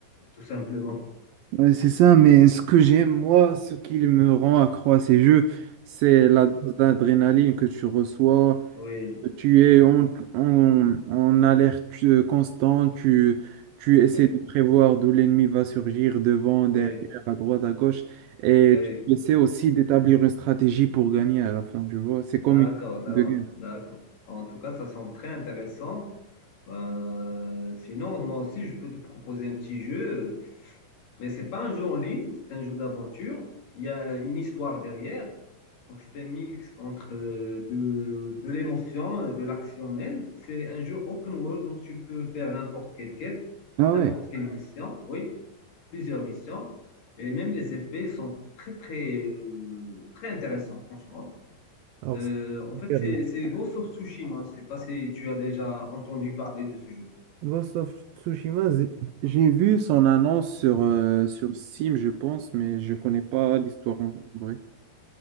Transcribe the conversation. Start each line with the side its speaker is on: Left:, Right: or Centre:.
Left: tout simplement.
Right: Ouais, c'est ça, mais ce que j'aime, moi, ce qui me rend accro à ces jeux, c'est la
Left: Oui.
Right: dose d'adrénaline que tu reçois.
Left: Oui,
Right: Tu es en, en- en alerte euh, constante, tu, tu essaies
Left: oui,
Right: de prévoir d'où l'ennemi va surgir, devant, derrière,
Left: oui,
Right: à droite, à gauche, et
Left: oui.
Right: tu essaies aussi d'établir une stratégie pour gagner à la fin, tu vois. C'est comme
Left: D'accord,
Right: une... équipe
Left: d'a-
Right: de guerre.
Left: d'accord. En tout cas, ça semble très intéressant. Euh, sinon, moi aussi, je peux te proposer un petit jeu, mais c'est pas un jeu en ligne, c'est un jeu d'aventure. Il y a une histoire derrière. Donc, c'est un mix entre euh, de, de l'émotion, euh, de l'action même. C'est un jeu open world, donc tu peux faire n'importe quelle quête,
Right: Ah
Left: n'importe
Right: ouais.
Left: quelle mission. Oui. plusieurs missions et même les effets sont très, très, euh, très intéressants, franchement.
Right: Alors,
Left: Euh,
Right: c'est
Left: en
Right: super.
Left: fait, c'est c'est Ghost of Tsushima. Je sais pas si tu as déjà entendu parler de ce jeu.
Right: Ghost of Tsushima, zé- j'ai vu son annonce sur, euh, sur Steam, je pense, mais je connais pas l'histoire en vrai.